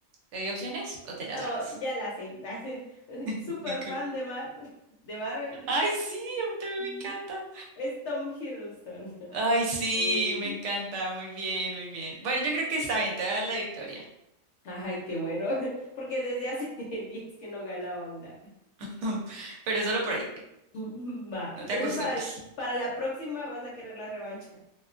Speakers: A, on the right (about 70°); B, on the left (about 65°).
A: ¿Te doy opciones o te la
B: No,
A: sabes?
B: ya la sé. <laughs> Super
A: <laughs>
B: fan de Mar, de Marvel.
A: Ay, sí, a mí también
B: Mm.
A: me encanta.
B: Es Tom Hiddleston.
A: Ay, sí,
B: Eh,
A: me encanta. Muy bien, muy bien. Bueno, yo creo que está bien, te voy a dar la victoria.
B: Ay, qué bueno, <laughs> porque desde hace <laughs> días que no ganaba una.
A: <laughs> Pero solo por ahí.
B: <laughs> Va,
A: No
B: entonces
A: te acostumbres.
B: para, para la próxima vas a querer la revancha.